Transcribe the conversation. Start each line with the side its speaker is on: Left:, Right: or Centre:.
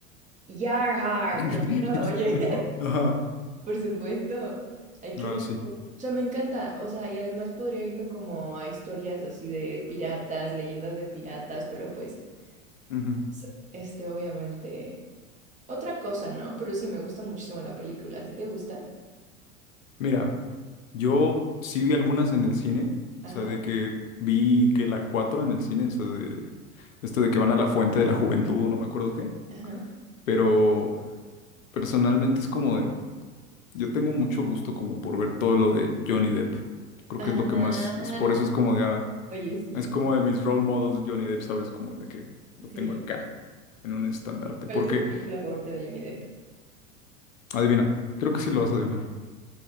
Right: Yarhar,
Left: <laughs>
Right: claro, oye.
Left: Ajá.
Right: Por supuesto, hay que
Left: Ah,
Right: saber
Left: sí.
Right: cómo- O sea, me encanta, o sea, y además podría irme como a historias así de piratas, leyendas de piratas, pero pues,
Left: Ujú.
Right: s- este, obviamente, otra cosa, ¿no? Pero sí, me gusta muchísimo la película. ¿A ti te gusta?
Left: Mira, yo sí vi algunas en el cine,
Right: Ajá,
Left: o sea, de que vi que la 4 en el cine, o sea, de esto de que van a la fuente de la juventud, no me acuerdo qué,
Right: ajá,
Left: pero personalmente es como de, Yo tengo mucho gusto como por ver todo lo de Johnny Depp. Creo
Right: ajá.
Left: que es lo que más, es por eso es como de, ah,
Right: Oye, sí,
Left: es como de mis role models Johnny Depp, ¿sabes? Como de que lo tengo
Right: sí.
Left: acá, en un estandarte.
Right: ¿Cuál
Left: Porque,
Right: es tu película favorita de Johnny Depp?
Left: adivina, creo que sí lo vas a adivinar.